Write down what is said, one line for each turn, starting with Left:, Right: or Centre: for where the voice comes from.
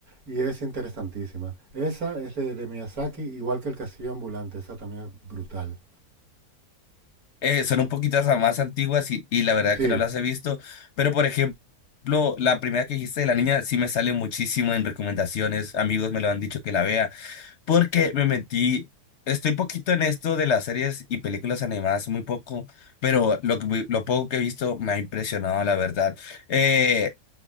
Right: Y es interesantísima. Esa es de, de Miyazaki, igual que El Castillo Ambulante. Esa también es brutal.
Left: eh, son un poquito más antiguas y, y la verdad
Right: Sí.
Left: que no las he visto, pero por ejemplo, la primera que dijiste de la niña sí me sale muchísimo en recomendaciones. Amigos me lo han dicho que la vea. Porque me metí, estoy poquito en esto de las series y películas animadas, muy poco, pero lo que, vi- lo poco que he visto me ha impresionado, la verdad. Eh,